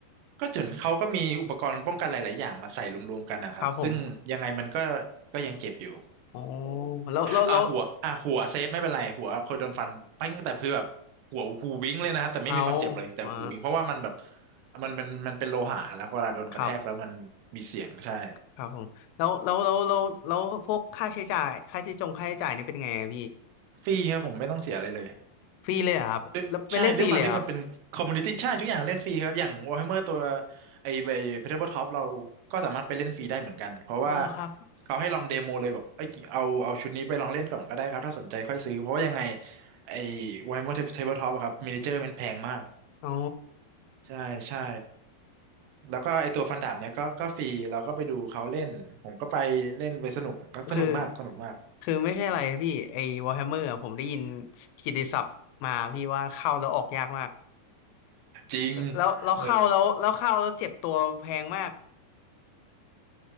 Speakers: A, on the right; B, on the left.
A: ก็จุนเขาก็มีอุปกรณ์ป้องกันหลายๆอย่างมาใส่รวมๆกันนะครับซึ่งยังไงมันก็
B: ครับผม
A: ก็ยังเจ็บอยู่
B: โอ้แล้วแล้วแล้ว
A: อ่าหัวอ่าหัวเซฟไม่เป็นไรหัวเคยโดนฟันปิ้งแต่คือแบบหัวหูวิ้งเลยนะครับแต่ไม่มีความเจ็บเลยแต่หูวิ้งเพราะว่ามันแบบ
B: เอาอ่า
A: มันมันมันเป็นโลหะแล้วเวลาโดนกระแทกแล้วมันมีเสียงใช่
B: ครับครับผมแล้วแล้วแล้วแล้วแล้วพวกค่าใช้จ่ายค่าใช้จงค่าใช้จ่ายนี่เป็นไงอะพี่
A: ฟรีครับผมไม่ต้องเสียอะไรเลย
B: ฟรีเลยเหรอครับแล้วไปเล่นฟรีเลยเหรอครับ
A: ด้วยใช่ด้วยความที่มันเป็นคอมมูนิตี้ใช่ทุกอย่างเล่นฟรีครับอย่าง Warhammer ตัวไอ้ไอ้ Tabletop เราก็สามารถไปเล่นฟรีได้เหมือนกันเพราะว่า
B: อ๋อเหรอครับ
A: เขาให้ลองเดโมเลยแบบเอ้ยเอาเอาชุดนี้ไปลองเล่นก่อนก็ได้ครับถ้าสนใจค่อยซื้อเพราะว่ายังไงไอ้ Warhammer Tabletop อะครับมินิเจอร์มันแพงมาก
B: อ๋อ
A: ใช่ใช่แล้วก็ไอตัวฟันดาบเนี้ยก็ก็ฟรีเราก็ไปดูเขาเล่นผมก็ไปเล่นไปสนุกก็สนุกมากสนุกมาก
B: คือ คือไม่ใช่อะไรพี่ไอ้ Warhammer อะผมได้ยินกิตติศัพท์มาพี่ว่าเข้าแล้วออกยากมาก
A: จริง
B: แล้วเราเข้าแล้วแล้วเข้าแล้วเจ็บตัวแพงมาก
A: เออ